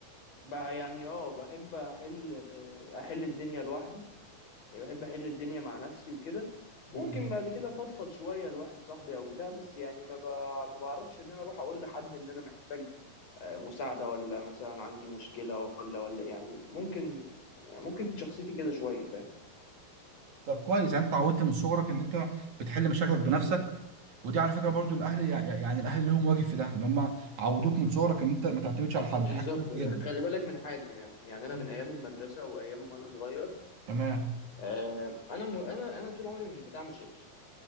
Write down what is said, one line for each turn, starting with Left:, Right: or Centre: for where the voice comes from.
Left: بقى يعني أه بحب أحل أحل الدنيا لوحدي يعني بحب أحل الدنيا مع نفسي وكده ممكن
Right: مم.
Left: بعد كده فضفض شوية لواحد صاحبي أو بتاع بس يعني ما ب... ما بعرفش إن أنا أروح أقول لحد إن أنا محتاج آه، مساعدة ولا مثلا عندي مشكلة ولا ولا يعني ممكن يعني ممكن شخصيتي كده شوية فاهم
Right: طب كويس يعني انت اتعودت من صغرك ان انت بتحل مشاكلك بنفسك ودي على فكره برضو الاهل يع- يع- يعني الاهل لهم واجب في ده ان هم عودوك من صغرك ان انت ما تعتمدش على حد
Left: بالظبط
Right: دي حاجه كويسه
Left: بس
Right: جدا
Left: خلي بالك من حاجة يعني أنا
Right: مم.
Left: من أيام المدرسة وأيام وأنا صغير
Right: تمام
Left: آه، أنا م... أنا أنا طول عمري مش بتاع مشاكل